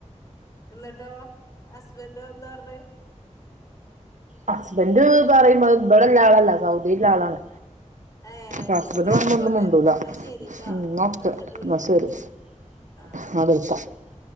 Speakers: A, on the left; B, on the right.
A: എന്നിട്ടോ ഹസ്ബന്റോ എന്താ പറഞ്ഞ്
B: ഹസ്ബന്റ് പറയുമ്പോ അഹ് ഇവിടെള്ള ആളല്ല സൗദിയില്ള്ള ആളാണ്
A: ഏഹ് അത്
B: ഹസ്ബൻഡ്
A: ശരി എന്നാ
B: വന്നാ
A: ആയിക്കോട്ടെ
B: ഒന്നും മുണ്ടൂല,
A: എന്നാ ശരിട്ടോ
B: എന്നാ ഓക്കെ,
A: അങ്ങട്ട് വിളിക്ക്
B: എന്നാ ശരി.
A: ആഹ്
B: <unintelligible>